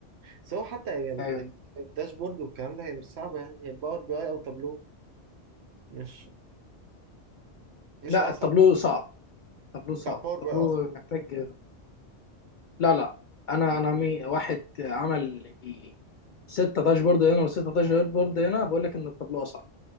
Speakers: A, on the right; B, on the left.
A: سواء حتى هي ال-
B: ايوه
A: ال- الداشبورد والكلام ده هي مش صعبة يعني هي باور بي اي او تابلو مش مش
B: لا
A: اصعب
B: التابلو صعب طابلوه صعب
A: لا باور
B: طابلوه
A: بي اي اصعب
B: محتاج لا لا انا انا مي... واحد عمل دي ستة داشبورد هنا وستة داشبورد هنا بقول لك ان الطابلوه اصعب